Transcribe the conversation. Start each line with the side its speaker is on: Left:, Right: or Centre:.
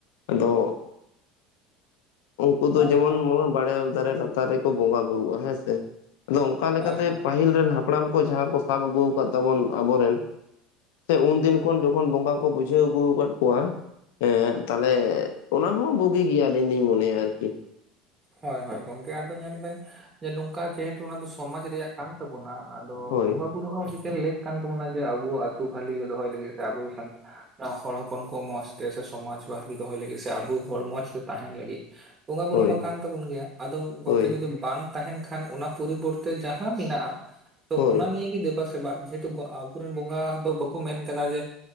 Left: ᱟᱫᱚ ᱩᱱᱠᱩ ᱫᱚ
Right: ᱦᱳᱭ
Left: ᱡᱮᱢᱚᱱ
Right: ᱦᱳᱭ
Left: ᱵᱟᱲᱮ ᱫᱟᱨᱮ ᱞᱟᱛᱟᱨ ᱨᱮᱠᱚ ᱵᱚᱸᱜᱟ ᱵᱩᱨᱩᱜᱼᱟ ᱦᱮᱸᱥᱮ ᱟᱫᱚ ᱚᱱᱠᱟ ᱞᱮᱠᱟᱛᱮ
Right: ᱦᱳᱭ ᱦᱳᱭ
Left: ᱯᱟᱹᱦᱤᱞ ᱨᱮᱱ ᱦᱟᱯᱲᱟᱢ ᱠᱚ ᱡᱟᱦᱟᱸ ᱠᱚ ᱥᱟᱵ ᱟᱹᱜᱩ ᱟᱠᱟᱫ ᱛᱟᱵᱚᱱ ᱟᱵᱚᱨᱮᱱ ᱥᱮ ᱩᱱᱫᱤᱱ ᱠᱷᱚᱱ ᱡᱚᱠᱷᱚᱱ ᱵᱚᱸᱜᱟ ᱠᱚ ᱵᱩᱡᱷᱟᱹᱣ ᱟᱹᱜᱩ ᱟᱠᱟᱫ ᱠᱚᱣᱟ ᱦᱮᱸ ᱛᱟᱞᱮ ᱚᱱᱟ ᱦᱚᱸ ᱵᱩᱜᱤ ᱜᱮᱭᱟ ᱟᱹᱞᱤᱧ ᱞᱤᱧ ᱢᱚᱱᱮᱭᱟ ᱟᱨᱠᱤ
Right: ᱦᱳᱭ ᱦᱳᱭ ᱜᱚᱝᱠᱮ ᱟᱫᱚ ᱧᱮᱞ ᱵᱮᱱ ᱡᱮ ᱱᱚᱝᱠᱟ ᱡᱮᱦᱮᱛᱩ ᱚᱱᱟ ᱫᱚ ᱥᱚᱢᱟᱡ ᱨᱮᱭᱟᱜ ᱠᱟᱱ ᱛᱟᱵᱚᱱᱟ ᱟᱫᱚ
Left: ᱦᱳᱭ
Right: ᱵᱚᱸᱜᱟ ᱵᱩᱨᱩ ᱦᱚᱸ ᱟᱰᱤᱜᱟᱱ ᱞᱮᱠ ᱠᱟᱱ ᱛᱟᱵᱚᱱᱟ ᱡᱮ ᱟᱵᱚ ᱟᱹᱛᱩ ᱵᱷᱟᱞᱤ ᱨᱮ ᱫᱚᱦᱚᱭ ᱞᱟᱹᱜᱤᱫ ᱥᱮ ᱟᱵᱚ ᱥᱟᱱᱛᱲ ᱦᱚᱲ ᱦᱚᱯᱚᱱ ᱠᱚ ᱢᱚᱸᱡᱛᱮ ᱥᱮ ᱥᱚᱢᱟᱡ ᱵᱷᱟᱜᱤ ᱫᱚᱦᱚᱭ ᱞᱟᱹᱜᱤᱫ ᱥᱮ ᱟᱵᱚ ᱦᱚᱲ ᱢᱚᱸᱡᱛᱮ ᱛᱟᱦᱮᱱ ᱞᱟᱹᱜᱤᱫ ᱵᱚᱸᱜᱟ ᱵᱩᱨᱩ
Left: ᱦᱳᱭ
Right: ᱢᱟ ᱠᱟᱱ ᱛᱟᱵᱚᱱ ᱜᱮᱭᱟ ᱟᱫᱚ ᱜᱚᱝᱠᱮ
Left: ᱦᱳᱭ
Right: ᱡᱩᱫᱤ ᱵᱟᱝ ᱛᱟᱦᱮᱸᱱ ᱠᱷᱟᱱ ᱚᱱᱟ ᱯᱚᱨᱤᱵᱚᱨᱛᱮ ᱡᱟᱦᱟᱸ ᱢᱮᱱᱟᱜᱼᱟ ᱛᱚ
Left: ᱦᱳᱭ
Right: ᱚᱱᱟ ᱱᱤᱭᱮ ᱫᱮᱵᱟ ᱥᱮ ᱵᱟᱝ ᱡᱮᱦᱮᱛᱩ ᱟᱵᱚᱨᱮᱱ ᱵᱚᱸᱜᱟ ᱫᱚ ᱵᱟᱠᱚ ᱢᱮᱱ ᱟᱠᱟᱫᱟ ᱡᱮ